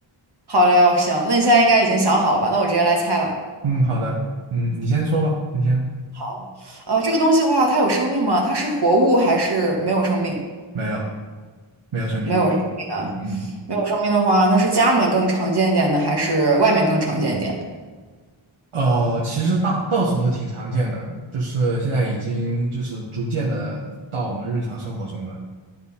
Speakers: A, on the right; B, on the right.
A: 好嘞，行，那你现在应该已经想好了吧？那我直接来猜了。
B: 嗯，好的，嗯，你先说吧，你先。
A: 好，呃，这个东西的话，它有生命吗？它是活物还是没有生命？
B: 没有，没有生命。
A: 没有生命啊，
B: 嗯，
A: 没有生命的话，那是家里面更常见一点呢，还是外面更常见一点？
B: 呃，其实到到处都挺常见的，就是现在已经就是逐渐的到我们日常生活中了。